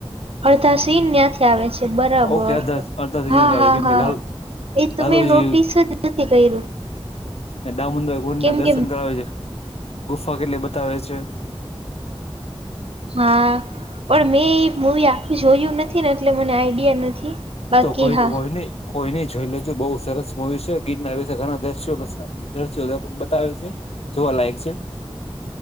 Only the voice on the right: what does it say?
અડધા સીન ન્યાંથી આવે છે. બરાબર.
હા
હા
હા.
એ તો
મેં નોટિસ જ નથી કરયું.
કેમ
કે
હા. પણ મેં એ મૂવી આખુ જોયું નથી ને એટલે મને આઈડિયા નથી. બાકી
હા